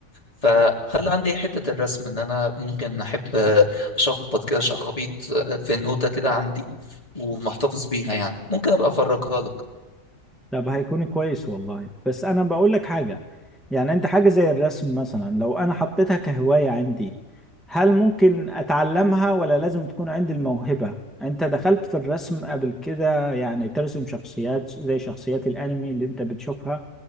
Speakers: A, on the left; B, in the centre.
A: فخلى عندي حتة الرسم ان انا ممكن احب آه، اشخبط كده شخابيط آه، في النوتة كده عندي ومحتفظ بيها يعني ممكن ابقى افرجها لك
B: طب هيكون كويس والله بس انا بقول لك حاجه يعني انت حاجه زي الرسم مثلا لو انا حطيتها كهوايه عندي هل ممكن اتعلمها ولا لازم تكون عندي الموهبه انت دخلت في الرسم قبل كده يعني ترسم شخصيات زي شخصيات الانمي اللي انت بتشوفها